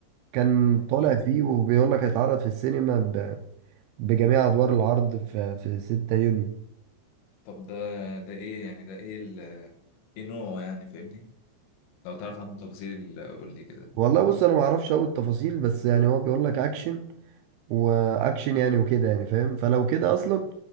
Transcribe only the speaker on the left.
أه.
طب ده ده ايه يعني ده ايه ال ايه نوعه يعني فاهمني؟ لو تعرف عنه تفاصيل قول لي كده